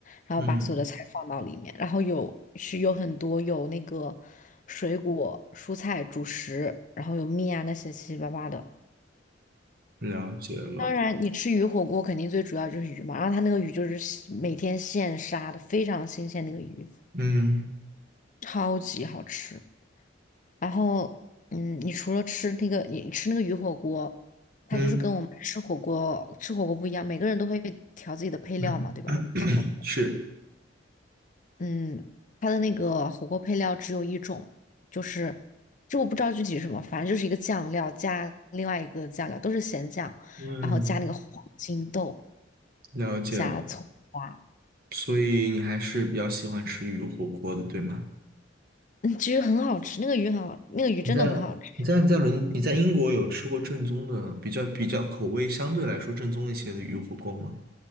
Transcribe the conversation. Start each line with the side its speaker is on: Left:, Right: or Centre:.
Left: 然后把所有的菜放到里面，
Right: 嗯，
Left: 然后有是有很多有那个水果、蔬菜、主食，然后有面啊那些七七八八的。
Right: 了解了。
Left: 当然，你吃鱼火锅肯定最主要就是鱼嘛，然后它那个鱼就是现每天现杀的，非常新鲜那个鱼，
Right: 嗯
Left: 超级好吃。然后，嗯，你除了吃那个，你吃那个鱼火锅，它就是跟我们吃火锅吃火锅不一样，
Right: 嗯
Left: 每个人都会调自己的配料嘛，
Right: 嗯，
Left: 对吧？我们吃火锅，
Right: 是，
Left: 嗯，它的那个火锅配料只有一种，就是就我不知道具体是什么，反正就是一个酱料加另外一个酱料，都是咸酱，
Right: 嗯，
Left: 然后加那个黄金豆，
Right: 了解了。
Left: 加葱花，
Right: 所以你还是比较喜欢吃鱼火锅的，对吗？
Left: 嗯，其实很好吃，那个鱼很好，那个鱼真的很好吃，
Right: 你在你在你在伦你在英国有吃过正宗的，比较比较口味相对来说正宗一些的鱼火锅吗？